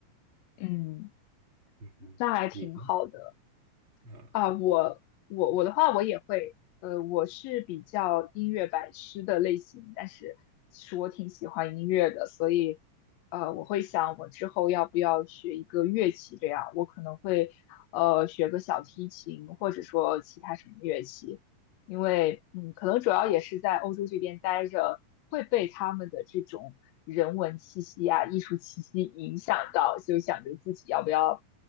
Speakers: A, on the left; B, on the right.
A: 嗯，
B: 嗯哼，
A: 那还挺好的。
B: 你呢嗯，
A: 啊，我我我的话，我也会，呃，我是比较音乐白痴的类型，但是其实我挺喜欢音乐的，所以，呃，我会想我之后要不要学一个乐器，这样我可能会，呃，学个小提琴，或者说其他什么乐器，因为嗯，可能主要也是在欧洲这边待着，会被他们的这种人文气息啊、艺术气息影响到，就想着自己要不要